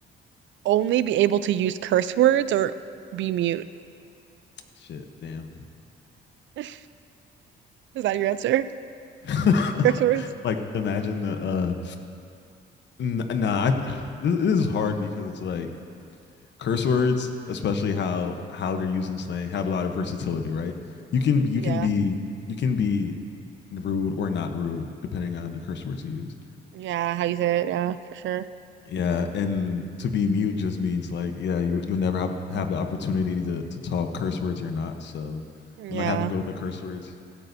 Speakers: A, on the right; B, on the left.
A: only be able to use curse words or be mute?
B: Shit, damn.
A: <laughs> Is that your answer?
B: <laughs>
A: Curse words?
B: like imagine the uh nah, I, this, this is hard because it's like curse words, especially how how they're used in slang, have a lot of versatility, right? You can you
A: Yeah,
B: can be you can be rude or not rude depending on the curse words you use.
A: yeah. How you say it? Yeah, for sure.
B: Yeah, and to be mute just means like yeah, you you'll never have, have the opportunity to to talk curse words or not. So
A: Yeah,
B: I might have to go with the curse words.